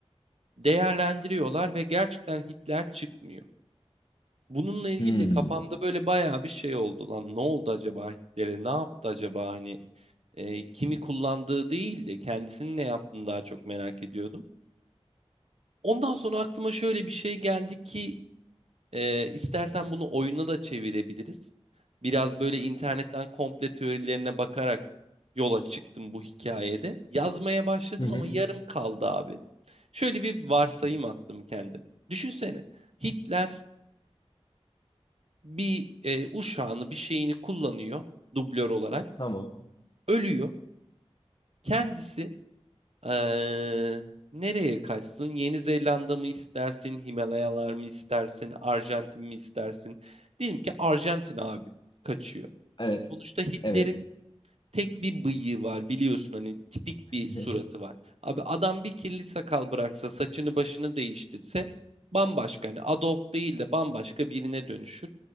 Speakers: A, on the right; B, on the left.
A: değerlendiriyorlar ve gerçekten Hitler çıkmıyor. Bununla ilgili
B: Hmm,
A: de kafamda böyle bayağı bir şey oldu. Lan ne oldu acaba Hitler'e? Ne yaptı acaba hani e, kimi kullandığı değil de kendisinin ne yaptığını daha çok merak ediyordum. Ondan sonra aklıma şöyle bir şey geldi ki Ee, istersen bunu oyuna da çevirebiliriz. Biraz böyle internetten komple teorilerine bakarak yola çıktım bu hikayede. Yazmaya başladım
B: Hı hı.
A: ama yarım kaldı abi. Şöyle bir varsayım attım kendim. Düşünsene Hitler bir e, uşağını bir şeyini kullanıyor dublör olarak.
B: tamam.
A: Ölüyor. Kendisi eee, nereye kaçsın? Yeni Zelanda mı istersin? Himalayalar mı istersin? Arjantin mi istersin? Diyelim ki Arjantin abi kaçıyor.
B: Evet,
A: Sonuçta Hitler'in
B: evet.
A: tek bir bıyığı var biliyorsun hani tipik bir
B: <laughs>
A: suratı var. Abi adam bir kirli sakal bıraksa saçını başını değiştirse bambaşka hani Adolf değil de bambaşka birine dönüşür.